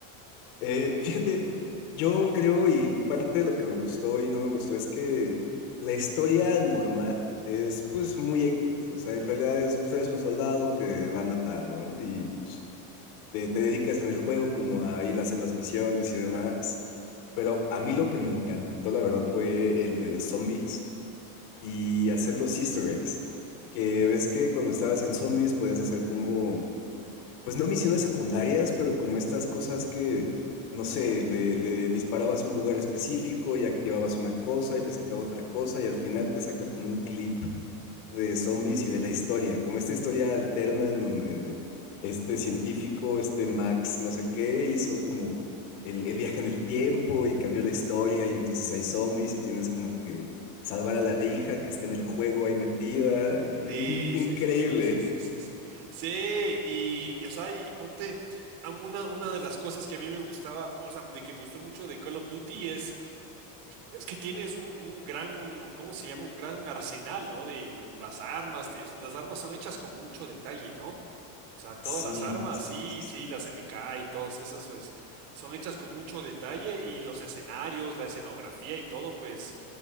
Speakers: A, on the left (about 70°); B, on the right (about 65°).
A: Eh, fíjate, yo creo y parte de lo que me gustó y no me gustó es que la historia normal es pues muy X. O sea, en realidad es, pues eres un soldado que va a matar, ¿no? Y pues te, te dedicas en el juego como a ir a hacer las misiones y demás. Pero a mí lo que me encantó, la verdad, fue el de zombies y hacer los Easter eggs. Que ves que cuando estabas en zombies podías hacer como, pues no misiones secundarias, pero como estas cosas que, no sé, le, le disparabas a un lugar específico y activabas una cosa y te sacaba otra cosa y al final te saca como un clip de zombies y de la historia, como esta historia alterna en donde este científico, este Max, no sé qué, hizo como el, el viaje en el tiempo y cambió la historia y entonces hay zombies y tienes como que salvar a la hija que está en el juego ahí metida y
B: Sí,
A: es in- increíble.
B: sí, sí, sí, sí, sí, sí, sí. Sí, y, y, o sea, y ponte, a una, una de las cosas que a mí me gustaba, o sea, de que me gustó mucho de Call of Duty es Es que tienes un, un gran, ¿cómo se llama? Un gran arsenal, ¿no? De l- las armas. te- Las armas son hechas con mucho detalle, ¿no? O sea, todas
A: Sí,
B: las armas,
A: sí,
B: sí,
A: sí, sí.
B: sí, las MK y todas esas, pues, son hechas con mucho detalle y los escenarios, la escenografía y todo, pues,